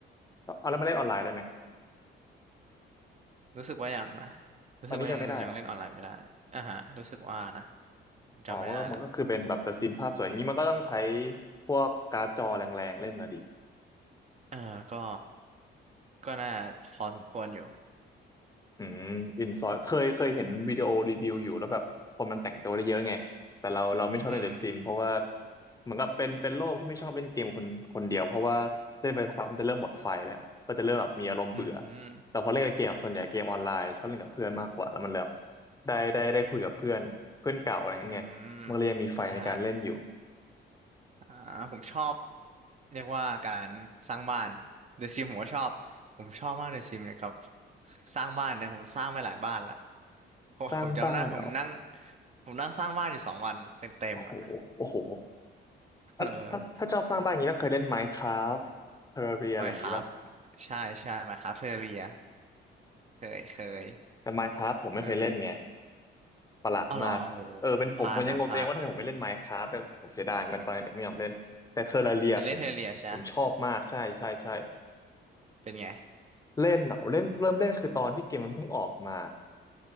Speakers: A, on the left; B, on the right.
A: เอาแล้วมาเล่นออนไลน์ได้ไหม
B: รู้สึกว่ายังนะรู้สึกว่ายังยังเล่นออนไลน์ไม่ได้อ่าฮะรู้สึกว่านะ
A: ตอนนี้ยังไม่ได้เหรอ
B: ผมจำไม่ได้ละ
A: อ๋อมันก็มันก็คือเป็นแบบเดอะซิมภาพสวยอย่างนี้มันก็ต้องใช้พวกการ์ดจอแรงๆเล่นนะดิ
B: เออก็ก็น่าพอสมควรอยู่
A: อืมอินซอยเคยเคยเห็นวิดีโอรีวิวอยู่แล้วแบบคนมันแต่งตัวได้เยอะไงแต่เราเราไม่ชอบเล่นเดอะซิมเพราะว่า
B: อืม
A: เหมือนกับเป็นเป็นโลกที่ไม่ชอบเล่นเกมคนคนเดียวเพราะว่าเล่นไปสักพักมันจะเริ่มหมดไฟแล้วก็จะเริ่มแบบมีอารมณ์เบื่อ
B: อืม
A: แต่พอเล่นกับเกมส่วนใหญ่เกมออนไลน์ชอบเล่นกับเพื่อนมากกว่าแล้วมันแบบได้ได้ได้คุยกับเพื่อนเพื่อนเก่าอะไรอย่างเงี้ยมันก็เลยยังมีไฟในการเล่นอยู่
B: อืมนะฮะอ่าผมชอบเรียกว่าการสร้างบ้านเดอะซิมผมก็ชอบผมชอบมากเดอะซิมเนี่ยกับสร้างบ้านเนี่ยผมสร้างไปหลายบ้านละผมผมจำได้ผมนั่ง
A: สร้างบ้านเหรอ
B: ผมนั่งสร้างบ้านอยู่สองวันเต็มเต็มอ่ะ
A: โอ้โหโอ้โห
B: เออ
A: อ่ะถ้าถ้าชอบสร้างบ้านอย่างนี้ต้องเคยเล่น Minecraft Terraria อะไรอย่างงี้ปะ
B: ไม่ครับใช่ใช่ไหมครับเทอเรียเคยเคย
A: แต่ Minecraft ผมไม่เคยเล่นไง
B: เออ
A: ประหลาดมากเออเป็นผมผมยังงงตัวเองว่าทำไมผมไม่เล่น
B: อ้าวเหรอโหพลาดนะพลาด
A: Minecraft แต่ผมเสียดายกันตอนเด็กไม่ยอมเล่นแต่เทอร์เรียผม
B: แต่เล่นเทเรียใช่
A: ผมชอบมากใช่ใช่ใช่
B: เป็นไง
A: เล่นเหรอเล่นเริ่มเล่นคือตอนที่เกมมันเพิ่งออกมา